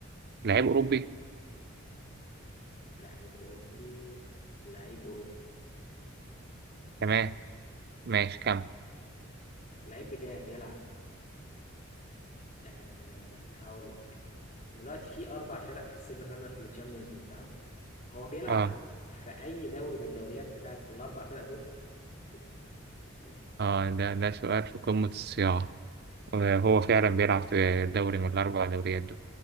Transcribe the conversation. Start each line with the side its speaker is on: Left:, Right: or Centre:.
Right: لعيب اوروبي
Left: لعيب اوروبي لعيب اوروبي
Right: تمام ماشي كمل
Left: اللعيب بتاعي بيلعب آه هقول لك دلوقتي في اربع فرق في السيمي فاينال في الشامبيونز ليج تمام هو بيلعب
Right: اه
Left: في اي دوري من الدوريات بتاعت الاربع فرق دول شوف شوف.
Right: اه ده ده سؤال في قمة الصياغة وهو فعلا بيلعب في دوري من الأربع دوريات دول